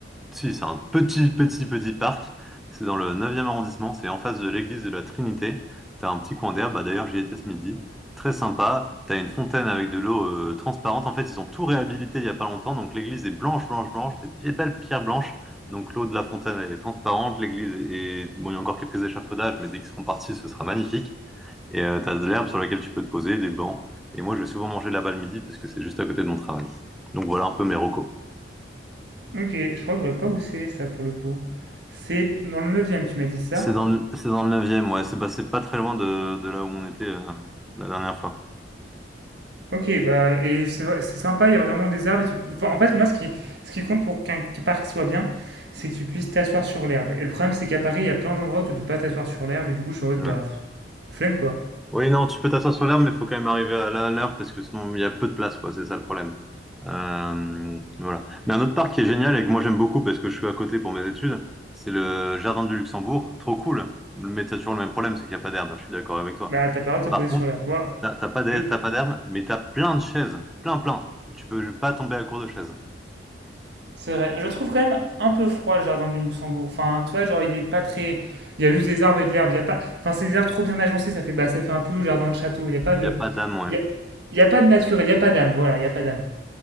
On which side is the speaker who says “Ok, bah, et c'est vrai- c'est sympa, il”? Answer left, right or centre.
Right